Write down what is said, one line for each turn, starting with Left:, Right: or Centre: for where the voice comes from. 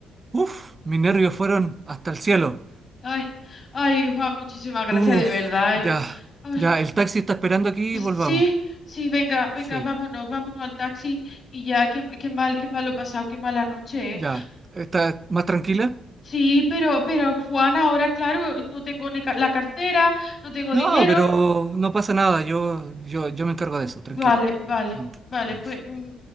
Right: Uf, mis nervios fueron hasta el cielo.
Left: ay, ay, Juan, muchísimas gracias
Right: Uf,
Left: de verdad,
Right: ya,
Left: eh. Ay,
Right: ya, el taxi está esperando aquí volvamos.
Left: sí, sí, venga, venga,
Right: Sí,
Left: vámonos, vámonos al taxi y ya, qué, qué mal, qué mal lo he pasado, qué mala noche,
Right: ya.
Left: eh.
Right: ¿Estás más tranquila?
Left: Sí, pero, pero Juan, ahora claro, no tengo ni ca- la cartera, no tengo dinero.
Right: No, pero no pasa nada. Yo, yo, yo me encargo de eso, tranquila.
Left: Vale, vale, vale,
Right: Vamos.
Left: pues mm,